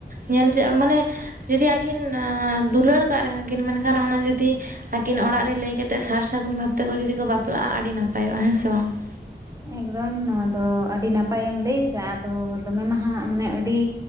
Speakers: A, on the right; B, on the right.
A: ᱧᱮᱞ ᱠᱮᱫ ᱟᱢ ᱢᱟᱱᱮ ᱡᱩᱫᱤ ᱟᱹᱠᱤᱱ, ᱮᱸ ᱫᱩᱞᱟᱹᱲ ᱠᱟᱜ ᱨᱮᱦᱚᱸ ᱠᱤᱱ ᱢᱮᱱᱠᱷᱟᱱ ᱚᱱᱟ ᱡᱩᱫᱤᱼᱼ ᱟᱹᱠᱤᱱ ᱚᱲᱟᱜ ᱨᱮ ᱞᱟᱹᱭ ᱠᱟᱛᱮᱫ ᱥᱟᱨ ᱥᱟᱹᱜᱩᱱ ᱵᱷᱟᱵᱽ ᱛᱮᱠᱚ ᱡᱩᱫᱤ ᱠᱚ ᱵᱟᱯᱞᱟᱜᱼᱟ, ᱟᱹᱰᱤ ᱱᱟᱯᱟᱭᱚᱜᱼᱟ ᱦᱮᱸ ᱥᱮ ᱵᱟᱝ ᱾
B: ᱮᱠᱫᱚᱢ ᱱᱚᱣᱟ ᱫᱚ ᱟᱹᱰᱤ ᱱᱟᱯᱟᱭᱮᱢ ᱞᱟᱹᱭ ᱟᱠᱟᱫᱟ ᱟᱫᱚ ᱫᱚᱢᱮ ᱢᱟ ᱦᱟᱸᱜ ᱢᱟᱱᱮ ᱟᱹᱰᱤᱼᱼ